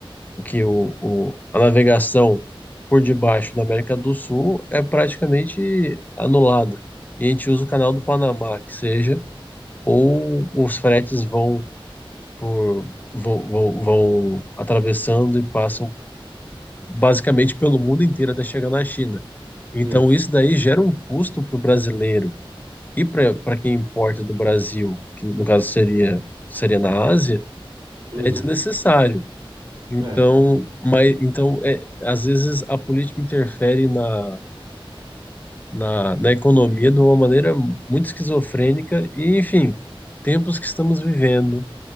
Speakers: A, on the left; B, on the right.
A: que o, o- a navegação por debaixo da América do Sul é praticamente anulada. E a gente usa o canal do Panamá, que seja, ou os fretes vão por vão, vão, vão atravessando e passam basicamente pelo mundo inteiro até chegar na China. Então
B: Isso.
A: isso daí gera um custo para o brasileiro e para para quem importa do Brasil, que no caso seria seria na Ásia,
B: Uhum.
A: é desnecessário. Então,
B: É.
A: mas, então é, às vezes a política interfere na, na, na economia de uma maneira muito esquizofrênica e, enfim, tempos que estamos vivendo.